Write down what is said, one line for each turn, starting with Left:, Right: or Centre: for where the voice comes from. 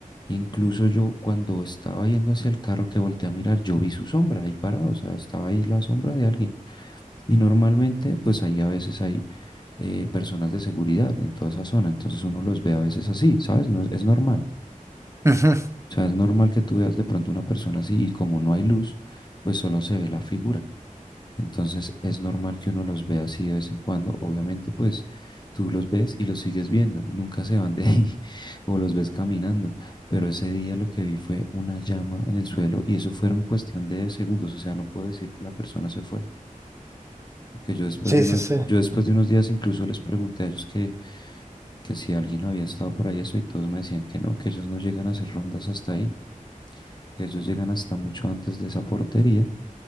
Left: Incluso yo cuando estaba yendo hacia el carro que volteé a mirar, yo vi su sombra ahí parado, o sea, estaba ahí la sombra de alguien. Y normalmente pues ahí a veces hay eh, personas de seguridad en toda esa zona, entonces uno los ve a veces así, ¿sabes? No, es es normal.
Right: Ujú.
Left: O sea, es normal que tú veas de pronto una persona así y como no hay luz, pues solo se ve la figura. Entonces es normal que uno los vea así de vez en cuando. Obviamente, pues tú los ves y los sigues viendo. Nunca se van de ahí <laughs> o los ves caminando. Pero ese día lo que vi fue una llama en el suelo y eso fueron cuestión de segundos. O sea, no puedo decir que la persona se fue. Porque yo después
Right: Sí,
Left: de
Right: sí,
Left: unos,
Right: sí.
Left: yo después de unos días incluso les pregunté a ellos que que si alguien había estado por ahí eso y todos me decían que no, que ellos no llegan a hacer rondas hasta ahí, que ellos llegan hasta mucho antes de esa portería,